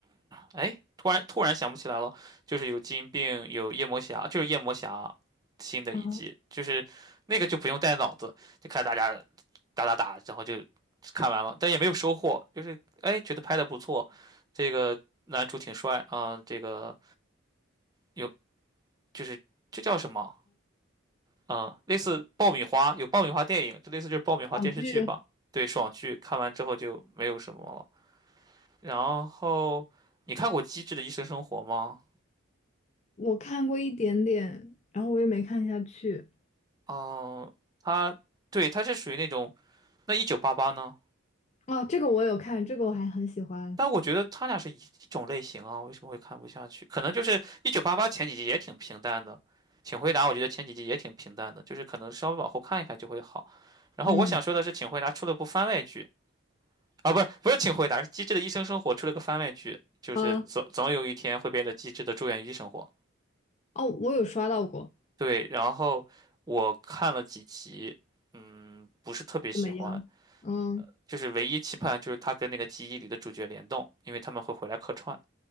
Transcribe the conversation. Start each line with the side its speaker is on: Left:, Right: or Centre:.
Right: 哎，突然突然想不起来了，就是有金并，有夜魔侠，就是夜魔侠新的一季，
Left: 啊，
Right: 就是那个就不用带脑子，就看大家打打打，然后就看完了，但也没有收获，就是哎觉得拍的不错，这个男主挺帅啊，这个有就是这叫什么？啊、类似爆米花，有爆米花电影，就类似就是爆米花电视剧吧。
Left: 网剧。
Right: 对，爽剧看完之后就没有什么了。然后你看过《机智的医生生活》吗？
Left: 我看过一点点，然后我也没看下去。
Right: 嗯、它对它是属于那种那一九八八呢？
Left: 哦，这个我有看，这个我还很喜欢。
Right: 但我觉得他俩是一一种类型啊，为什么会看不下去？可能就是一九八八前几集也挺平淡的，请回答我觉得前几集也挺平淡的，就是可能稍微往后看一看就会好。然后我想说的是，
Left: 嗯
Right: 请回答出了部番外剧，啊，不是不是，请回答，是《机智的医生生活》出了个番外剧，就是总总有一天会变得机智的住院医生活。
Left: 啊哦，我有刷到过，
Right: 对，然后我看了几集，嗯，不是特别喜欢，
Left: 怎么样？嗯
Right: 就是唯一期盼就是他跟那个记忆里的主角联动，因为他们会回来客串。